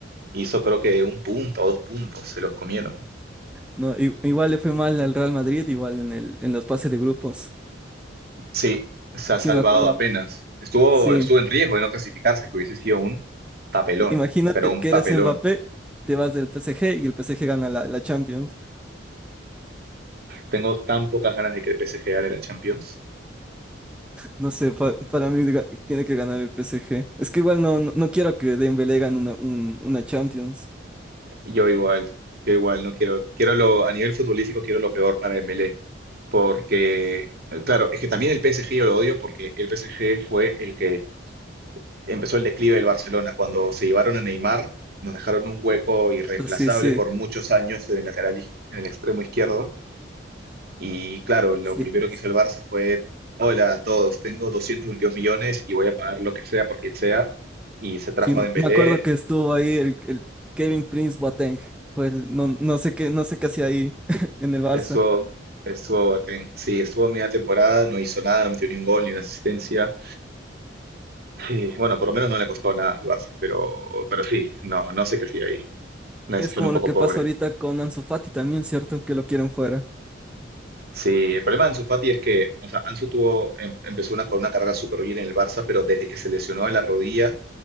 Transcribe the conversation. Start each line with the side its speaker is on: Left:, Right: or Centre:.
Right: Hizo creo que un punto o dos puntos, se los comieron.
Centre: No, i- igual le fue mal al Real Madrid, igual en el, en los pases de grupos.
Right: Sí, se ha
Centre: Sí,
Right: salvado
Centre: me acuerdo.
Right: apenas. Estuvo,
Centre: Sí,
Right: estuvo en riesgo de no clasificarse, que hubiese sido un papelón,
Centre: imagínate
Right: pero un
Centre: que
Right: papelón.
Centre: eres Mbappé, te vas del PSG y el PSG gana la, la Champions.
Right: Tengo tan pocas ganas de que el PSG gane la Champions.
Centre: No sé, pa- para mí ga- tiene que ganar el PSG. Es que igual no, no, no quiero que Dembélé gane una, un- una Champions.
Right: Yo igual, yo igual no quiero, quiero lo, a nivel futbolístico quiero lo peor para Dembélé, porque, eh, claro, es que también el PSG yo lo odio porque el PSG fue el que empezó el declive del Barcelona. Cuando se llevaron a Neymar, nos dejaron un hueco irreemplazable
Centre: Entonces, sí,
Right: por muchos años en el lateral, iz- en el extremo izquierdo. Y claro, lo
Centre: sí,
Right: primero
Centre: sí.
Right: que hizo el Barça fue, hola a todos, tengo 222 millones y voy a pagar lo que sea por quien sea. Y se trajo
Centre: Sí,
Right: a Dembélé,
Centre: me acuerdo que estuvo ahí el, el Kevin Prince Boateng. Fue el- no, no sé qué, no sé qué hacía ahí <laughs> en el Barça.
Right: eso estuvo Boateng. Sí, estuvo media temporada, no hizo nada, no metió ni un gol ni una asistencia. Sí, bueno, por lo menos no le costó nada al Barça, pero, pero sí, no, no sé qué hacía ahí. Una decisión
Centre: Es como
Right: un poco
Centre: lo que
Right: pobre.
Centre: pasa ahorita con Ansu Fati también, ¿cierto? Que lo quieren fuera.
Right: Sí, el problema de Ansu Fati es que, o sea, Ansu tuvo, em- empezó una, con una carrera súper bien en el Barça, pero desde que se lesionó de la rodilla,